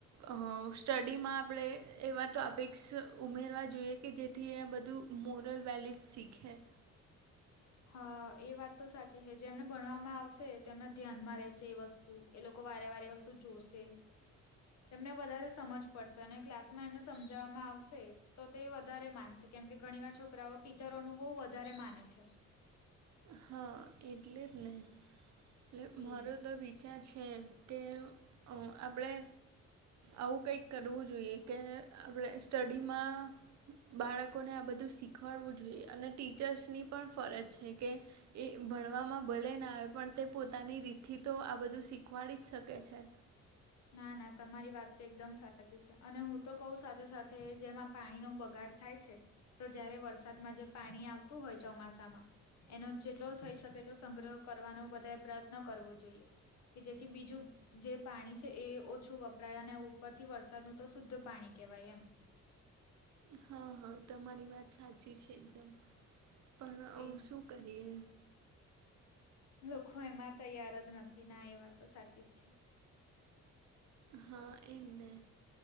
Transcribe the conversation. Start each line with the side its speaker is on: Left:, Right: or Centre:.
Right: અ સ્ટડીમાં આપડે એવા ટોપિક્સ ઉમેરવા જોઈએ કે જેથી બધું મોરલ વેલિડ્સ સીખે
Left: હા એ વાત તો સાચી છે જેમને ભણવામાં આવશે તેમના ધ્યાનમાં રહેશે એ વસ્તુ એ લોકો વારે વારે એ વસ્તુ જોસે તેમને વધારે સમજ પડશે અને ક્લાસમાં એમને સમજાવવામાં આવશે તો તે વધારે માનશે કેમકે ઘણીવાર છોકરાઓ ટીચરોનું બહુ વધારે માને છે.
Right: હા એટલે જ ને એટલે મારો
Left: એજ
Right: તો વિ ખ્યા છે કે અ આપડે આવું કંઈક કરવું જોઈએ કે આપડે સ્ટડીમાં બાળકોને આ બધું શીખવાડવું જોઈએ અને ટીચર્સ ની પણ ફરજ છે. કે એ ભણવામાં ભલે ના આવે પણ તે પોતાની રીતથી તો આ બધું શીખ ખવાડી જ શકે છે.
Left: ના ના તમારી વાત તો એકદમ સાચી છે અને હું તો કઉ સાથે સાથે જેમાં પાણીનો બગાડ થાય છે તો જયારે વરસાદમાં જે પાણી આવતું હોય ચોમાસામાં એનો જેટલો થઈ શકેલો સંગ્રહ કરવાનો બધા પ્રયત્ન કરવો જોઈએ કે જેથી બીજું જે પાણી છે એ ઓછું વપરાય અને ઉપરથી વરસાદનું તો શુદ્ધ પાણી કેવાય એમ.
Right: હા હા તમારી વાત સાચી છે એકદમ પણ
Left: એજ
Right: શું કરીએ
Left: લોકો એમાં તૈયાર જ નથી ના એ વાતતો સાચી જ છે.
Right: હા એ જ ને